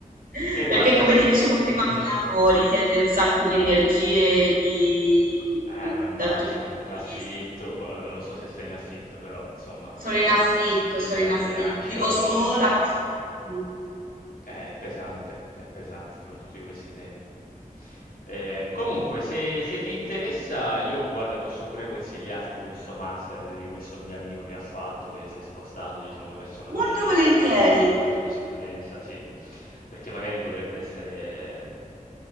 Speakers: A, on the right; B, on the left.
A: <laughs>
B: Beh guarda
A: Perché come
B: se
A: ti dicevo prima,
B: mh-mh.
A: Milano richiede un sacco di energie di...
B: Eh no, immagino,
A: da tutti i punti
B: l'affitto,
A: di vista.
B: poi vabbè, non lo so se sei in affitto, però insomma,
A: Sono
B: eh,
A: in affitto,
B: vivere
A: sono in
B: a
A: affitto.
B: Milano, anch'io
A: Vivo
B: a Roma,
A: sola, ma sono in affitto.
B: eh, è pesante, è pesante, soprattutto in questi tempi. Eh, comunque, se, se ti interessa, io guarda, posso pure consigliarti questo master di questo mio amico che ha fatto, che si è spostato, diciamo, verso materie,
A: Molto volentieri,
B: diciamo, da giurisprudenza, sì, perché magari potrebbe essere.